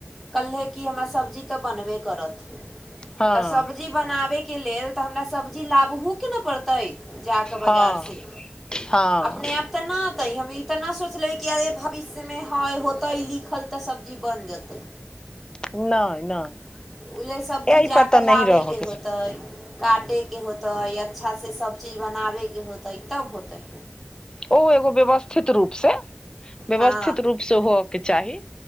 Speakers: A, in the centre; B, on the left (about 20°).
A: कहलहे कि हमरा सब्जी तऽ बनबे करत
B: हँ
A: तऽ सब्जी बनाबैके लेल तऽ हमरा सब्जी लकबौ ने पड़ते बाजार
B: हँ
A: से
B: हँ
A: अपने आप तऽ नहि आता ह हम तऽ नहि सोचलेबै कि अरे भविष्यमे है होतै लिखल तऽ सब्जी बनि जेतै
B: नहि नहि
A: ओहि लेल सब्जी
B: एहिपर
A: जा कऽ
B: तऽ नहि
A: लाबयके
B: रहऽके छै
A: होतै काटेके होतै अच्छासँ सब चीज बनाबैके होतै तब होतै
B: ओ एगो व्यवस्थित रूप से व्यवस्थित
A: हँ
B: रूप से होयके चाही